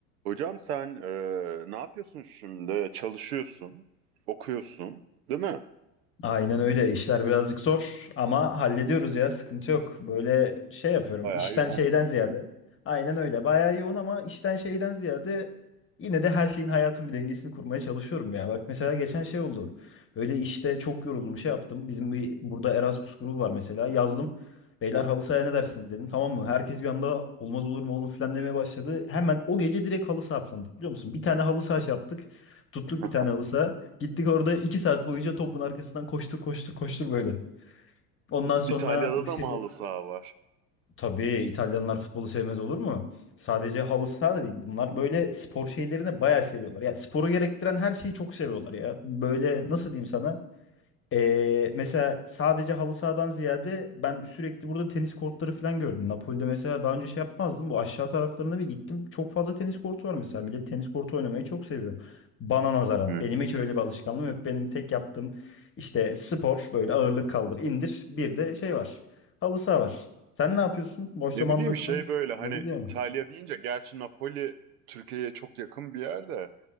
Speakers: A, on the right; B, on the left.
A: Hocam sen eee, ne yapıyorsun şimdi? Çalışıyorsun, okuyorsun, değil mi?
B: Aynen öyle. İşler birazcık zor ama hallediyoruz ya. Sıkıntı yok. Böyle şey yapıyorum.
A: Bayağı
B: işten
A: yoğunsun.
B: şeyden ziyade. Aynen öyle. Bayağı yoğun ama işten şeyden ziyade yine de her şeyin hayatın bir dengesini kurmaya çalışıyorum ya. Bak mesela geçen şey oldu. Böyle işte çok yoruldum şey yaptım. Bizim bir burada Erasmus grubu var mesela. Yazdım. Beyler halı sahaya ne dersiniz dedim. Tamam mı? Herkes bir anda olmaz olur mu oğlum falan demeye başladı. Hemen o gece direkt halı saha planladık biliyor musun? Bir tane halı saha şey yaptık. Tuttuk
A: <laughs>
B: bir tane halı saha. Gittik orada iki saat boyunca topun arkasından koştur koştur koştur böyle. Ondan sonra
A: İtalya'da
B: dışarı...
A: da mı halı saha var?
B: Tabii İtalyanlar futbolu sevmez olur mu? Sadece halı saha da değil. Bunlar böyle spor şeylerini bayağı seviyorlar. Ya sporu gerektiren her şeyi çok seviyorlar ya. Böyle nasıl diyeyim sana? Ee, mesela sadece halı sahadan ziyade ben sürekli burada tenis kortları falan gördüm. Napoli'de mesela daha önce şey yapmazdım. Bu aşağı taraflarına bir gittim. Çok fazla tenis kortu var mesela. Millet tenis kortu oynamayı çok seviyor. Bana nazaran.
A: Hı.
B: Benim hiç öyle bir alışkanlığım yok. Benim tek yaptığım işte spor böyle ağırlık kaldır indir. Bir de şey var. Halı saha var. Sen ne yapıyorsun? Boş
A: Ne
B: zamanında
A: bileyim
B: falan.
A: şey böyle hani
B: Ne gidiyorsun?
A: İtalya deyince gerçi Napoli Türkiye'ye çok yakın bir yer de